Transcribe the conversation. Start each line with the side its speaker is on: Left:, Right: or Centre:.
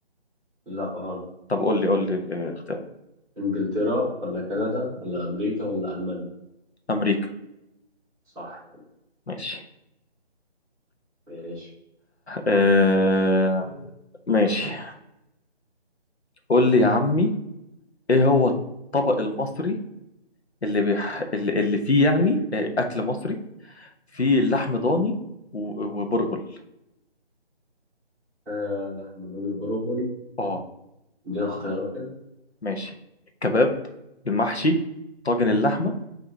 Centre: لا غلط
Left: طب قول لي قول لي الاختيار
Centre: إنجلترا ولا كندا ولا أمريكا ولا ألمانيا
Left: أمريكا
Centre: صح
Left: ماشي
Centre: ماشي
Left: آه ماشي قول لي يا عمي إيه هو الطبق المصري اللي بيح... اللي اللي فيه يعني آه، أكل مصري في لحم ضاني و- وبرغل
Centre: آه لحم بروفول
Left: اه
Centre: دي اختيارات كده
Left: ماشي الكباب المحشي طاجن اللحمة